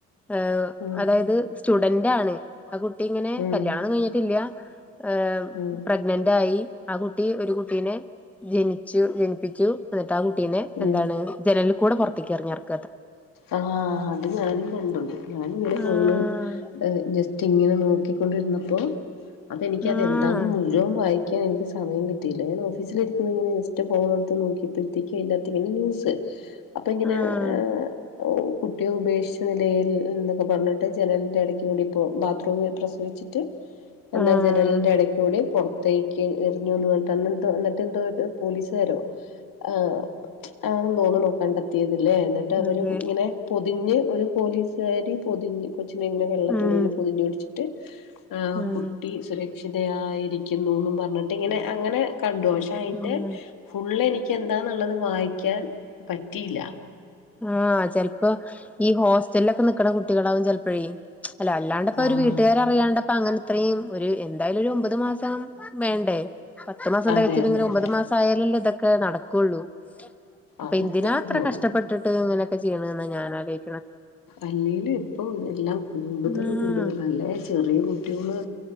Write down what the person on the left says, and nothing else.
ഉം
ഉം
ഉം
ഉം
ആഹ് അത് ഞാനും കണ്ടു ഞാന്ങ്ങനെ
ഫോണ് ല് ജസ്റ്റ് ഇങ്ങനെ നോക്കിക്കൊണ്ടിരുന്നപ്പോ അതെനിക്കത്
എ ന്താന്ന് മുഴുവൻ വായിക്കാ എനിക്ക് സമയം കിട്ടയില്ല ഞാൻ ഓഫീസിലിരിക്കുന്ന ഇങ്ങനെ ജസ്റ്റ് ഫോണട്ത്ത് നോക്കിയപ്പഴത്തേക്കും പിന്നത്തിന് ന്യൂസ് അപ്പയിങ്ങനെ
ഏഹ് കുട്ടിയെ ഉപേക്ഷിച്ച നിലയിൽ എന്നൊക്കെ പറഞ്ഞിട്ട് ജനലിന്റെ ഇടയ്ക്ക് കൂടി ഇപ്പോ ബാ ത്ത്റൂമിൽ പ്രസവിച്ചിട്ട് എന്താ
ജനലിന്റെ എടയ്ക്ക് കൂടി പൊറത്തേക്ക് എറിഞ്ഞൂന്ന് പറഞ്ഞിട്ട് അന്നന്തോ എന്നിട്ട് എന്തോ പോലീസുകാരോ ആഹ് ആണെന്ന് തോന്നുന്നു കണ്ടെത്തിയത് ഇല്ലേ എന്നിട്ട് അവര്
ഇങ്ങനെ പൊതിഞ്ഞ് ഒരു പോലീസുകാരി പൊതിഞ് കൊച്ച് നെ വെള്ളത്തുണിയില്
പൊതിഞ്ഞ് പിടിച്ചിട്ട് ആ
കുട്ടി സ് സുരക്ഷിതയായിരിക്കുന്നുന്ന് പർഞ്ഞിട്ട് ഇങ്ങനെ അങ്ങനെ കണ്ടു പക്ഷെ അയിന്റെ
ഫുള്ള് എനിക്ക് എന്താന്ന്ള്ളത് വായിക്കാൻ പറ്റിയില്ല
ആഹ്
അതെ
അതെ
അതെ
അതത്രേ
ഉള്ളൂ
അല്ലേലു ഇപ്പൊ എല്ലാം കൂടുതല്
കൂടുതല് അല്ലേ ചെറീയ കുട്ടിയോള്